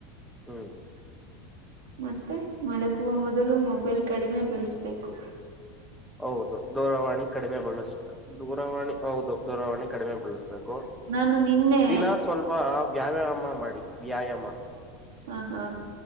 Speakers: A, in the centre; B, on the right (about 80°).
A: ಹ್ಮ್
B: ಮತ್ತೆ ಮಲಗುವ ಮೊದಲು ಮೊಬೈಲ್ ಕಡಿಮೆ ಬಳಸ್ಬೇಕು.
A: ಹೌದು ದೂರವಾಣಿ ಕಡಿಮೆ ಬಳಸ ಬೇಕ್ ದೂರವಾಣಿ. ಹೌದು ದೂರವಾಣಿ ಕಡಿಮೆ ಬಳಸ್ಬೇಕು
B: ನಾನು ನಿನ್ನೆ
A: ದಿನ ಸ್ವಲ್ಪ ವ್ಯಾಯಾಮ ಮಾಡಿ. ವ್ಯಾಯಾಮ.
B: ಹಾ ಹಾ.